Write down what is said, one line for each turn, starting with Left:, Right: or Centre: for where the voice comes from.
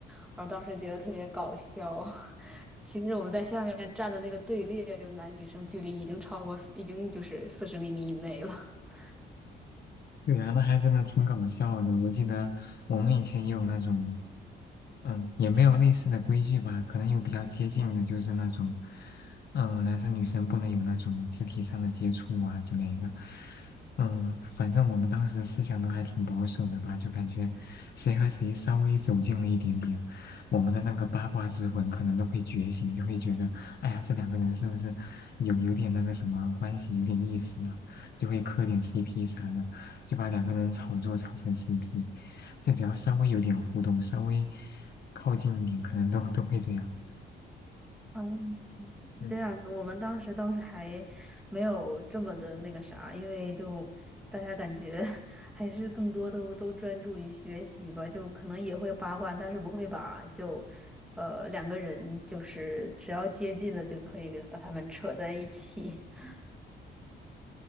Centre: <laughs> 我当时觉得特别搞笑。<laughs> 其实我们在下面站的那个队列，就男女生距离已经超过四已经就是四十厘米以内了。<laughs>
Left: 对啊，那还真的挺搞笑的。我记得我们以前也有那种。嗯，也没有类似的规矩吧，可能有比较接近的，就是那种，嗯、男生女生不能有那种肢体上的接触啊之类的。嗯，反正我们当时思想都还挺保守的吧，就感觉谁和谁稍微走近了一点点，我们的那个八卦之魂可能都会觉醒，就会觉得，哎呀，这两个人是不是有有点那个什么关系，有点意思啊？就会磕点 CP 啥的，就把两个人炒作炒成 CP。就只要稍微有点互动，稍微靠近一点，可能都都会这样。
Centre: 嗯，
Left: 嗯，
Centre: 这样子，我们当时倒是还没有这么的那个啥，因为就大家感觉 <laughs> 还是更多都都专注于学习吧，就可能也会八卦，但是不会把就呃两个人就是只要接近了就可以把他们扯在一起。<laughs>